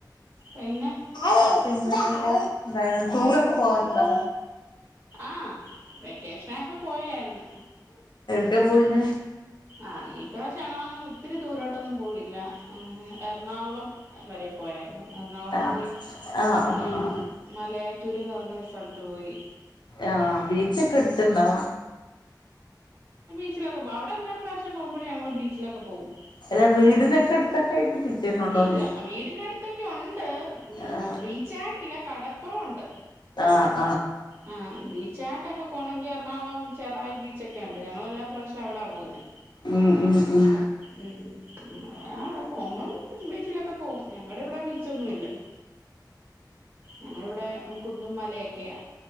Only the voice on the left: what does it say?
ഓ പിന്നെന്തൊക്കയാ എന്തായെ ടൂറൊക്കെ പോവാറ്ണ്ടോ
ട്ടാ പോയിര്ന്നേ
ആഹ്
ആഹ്
ആഹ് ആഹ്
ആ ബീച്ചൊക്കെ എട്ത്ത്ണ്ടോ
അല്ല വീടിനൊക്കെ അടുത്തൊക്കെ ആയിട്ട് പിച്ചേന്നുണ്ടോന്ന്
ചോദിച്ചതാ
ആഹ്
ആഹ്
ഉം ഉം ഉം